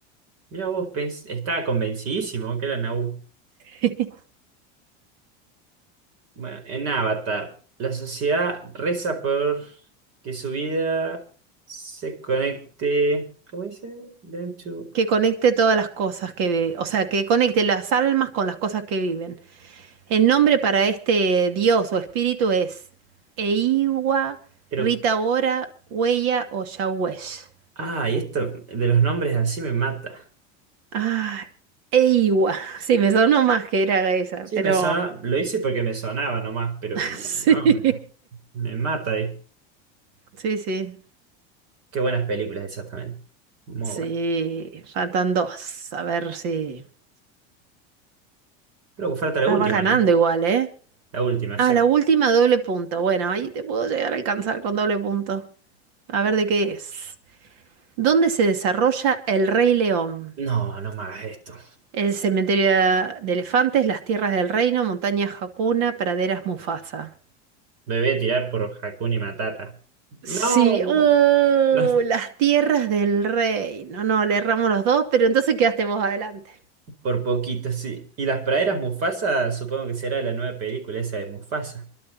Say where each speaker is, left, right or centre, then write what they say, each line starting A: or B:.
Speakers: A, on the right; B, on the right.
A: Mira vos, pens- estaba convencidísimo que era Naboo.
B: <laughs>
A: Bueno, en Avatar, la sociedad reza por que su vida se conecte. ¿Cómo dice? Them to-
B: Que conecte todas las cosas que ve, o sea, que conecte las almas con las cosas que viven. El nombre para este dios o espíritu es Eiwa,
A: Creo.
B: Ritaora, Huella o Yawesh.
A: Ah, y esto de los nombres así me mata.
B: Ah, Eiwa. Sí, me sonó más que era esa,
A: Sí,
B: pero
A: me sonaba. Lo hice porque me sonaba nomás, pero
B: <laughs>
A: me-
B: sí.
A: no, me, me mata. ahí.
B: Sí, sí.
A: Qué buenas películas, exactamente. Muy
B: Sí,
A: buenas.
B: faltan dos. A ver si.
A: Creo que falta la
B: Ah,
A: última,
B: va ganando
A: ¿no?
B: igual, ¿eh?
A: La última, exacta.
B: Ah, la última doble punto. Bueno, ahí te puedo llegar a alcanzar con doble punto. A ver de qué es. ¿Dónde se desarrolla el Rey León?
A: No, no me hagas esto.
B: El cementerio de elefantes, las tierras del reino, montañas Hakuna, praderas Mufasa.
A: Me voy a tirar por Hakuna Matata. No,
B: Sí, uh,
A: no es
B: las tierras del reino. No, le erramos los dos, pero entonces quedaste vos adelante.
A: por poquito, sí. Y las praderas Mufasa, supongo que será la nueva película esa de Mufasa.